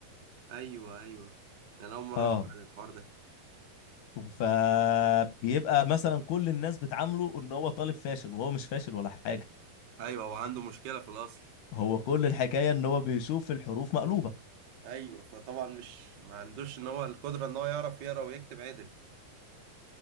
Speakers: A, on the right; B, on the left.
A: ايوه ايوه انا اول مره
B: اه
A: اسمع عن الحوار ده
B: فبيبقى مثلا كل الناس بتعامله ان هو طالب فاشل وهو مش فاشل ولا حاجه
A: ايوه هو عنده مشكله في الاصل
B: هو كل الحكايه ان هو بيشوف الحروف مقلوبه
A: ايوه فطبعا مش ما عندوش ان هو القدره ان هو يعرف يقرا ويكتب عدل